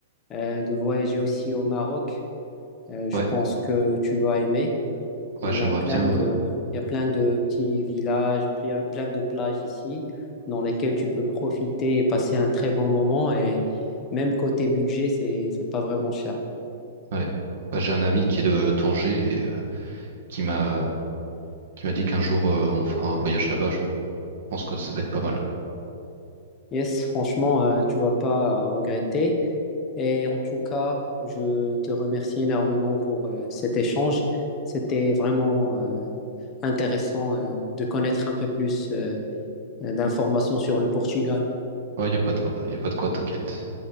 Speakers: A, on the left (about 30°); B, on the right (about 70°).
A: euh, de voyager aussi au Maroc. Euh, je
B: Ouais,
A: pense que tu vas aimer.
B: ouais,
A: On
B: j'aimerais
A: a plein
B: bien.
A: de,
B: euh,
A: il y a plein de petits villages, plein, plein de plages ici dans lesquelles tu peux profiter et passer un très bon moment. Et même côté budget, c'est, c'est pas vraiment cher.
B: Ouais, Ouais, j'ai un ami qui est de Tanger et euh, qui m'a qui m'a dit qu'un jour euh, on fera un voyage là-bas. Je pense que ça va être pas mal.
A: Yes, franchement, euh, tu vas pas regretter. Et en tout cas, je te remercie énormément pour euh, cet échange. C'était vraiment euh, intéressant euh, de connaître un peu plus euh, d'informations sur le Portugal.
B: Ouais, y a pas de quoi, y a pas de quoi, t'inquiète.